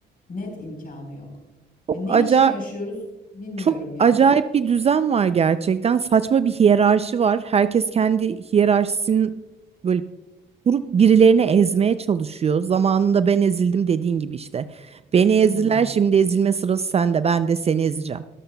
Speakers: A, on the left; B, on the right.
A: Net imkanı yok.
B: Çok
A: E, ne
B: acayip.
A: için yaşıyoruz bilmiyorum
B: Çok
A: ya.
B: acayip bir düzen var gerçekten. Saçma bir hiyerarşi var. Herkes kendi hiyerarşisini böyle kurup birilerini ezmeye çalışıyor. Zamanında ben ezildim dediğin gibi işte. Beni ezdiler
A: Hı hı.
B: şimdi ezilme sırası sende. Ben de seni ezeceğim.